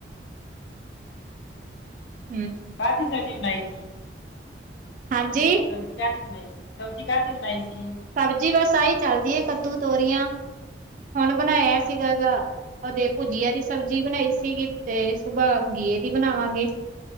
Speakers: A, on the right (about 45°); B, on the left (about 75°).
A: <inaudible>
B: ਅੱਛਾ ਜੀ ਕਾਹਦੀ ਸਬਜ਼ੀ ਬਣਾਈ ਜੀ,
A: ਹਾਂਜੀ
B: ਸਬਜ਼ੀ ਕਾਹਦੀ ਬਣਾਈ ਸੀ ਸਬਜ਼ੀ ਕਾਹਦੀ ਬਣਾਈ ਸੀ,
A: ਸਬਜ਼ੀ ਬਸ ਆਹੀ ਚੱਲਦੀ ਆ ਕੱਦੂ ਤੋਰੀਆਂ, ਹੁਣ ਬਣਾਇਆ ਸੀਗਾ
B: ਅੱਛਾ ਜੀ
A: ਗਾ, ਉਹਦੇ ਭੁਜੀਆ ਦੀ ਸਬਜ਼ੀ ਬਣਾਈ ਸੀਗੀ ਤੇ ਸੁਬਾਹ ਗੀਏ ਦੀ ਬਣਾਵਾਂਗੇ,